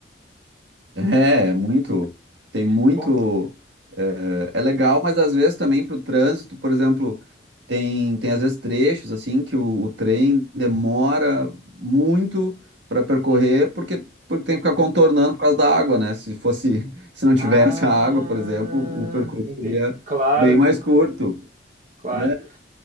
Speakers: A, on the right; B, on the right.
A: É, é muito. Tem muito.
B: Pomba.
A: É, é legal, mas às vezes também para o trânsito, por exemplo, tem, tem às vezes trechos assim que o, o trem demora muito para percorrer,
B: Hum.
A: porque, porque tem que ficar contornando por causa da água, né? Se fosse, <laughs> se não
B: Ah,
A: tivesse a água, por exemplo, o percurso
B: entendi.
A: seria
B: Claro,
A: bem mais curto.
B: claro.
A: né?